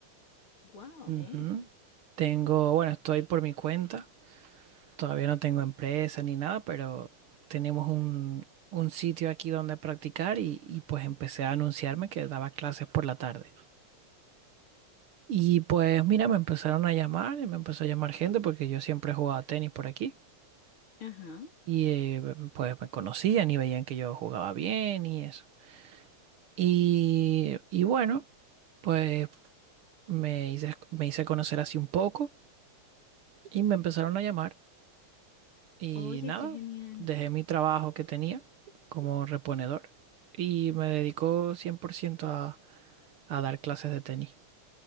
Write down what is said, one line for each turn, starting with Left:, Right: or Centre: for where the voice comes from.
Left: Wow,
Right: Ujú.
Left: bien.
Right: Tengo, bueno, estoy por mi cuenta. Todavía no tengo empresa ni nada, pero tenemos un, un sitio aquí donde practicar y, y pues empecé a anunciarme que daba clases por la tarde. Y pues mira, me empezaron a llamar y me empezó a llamar gente porque yo siempre jugaba tenis por aquí.
Left: Ajá.
Right: Y eh, pues me conocían y veían que yo jugaba bien y eso. Y, y bueno, pues me hice, me hice conocer así un poco y me empezaron a llamar. Y
Left: Oye,
Right: nada,
Left: qué genial.
Right: dejé mi trabajo que tenía como reponedor y me dedico 100% a, a dar clases de tenis.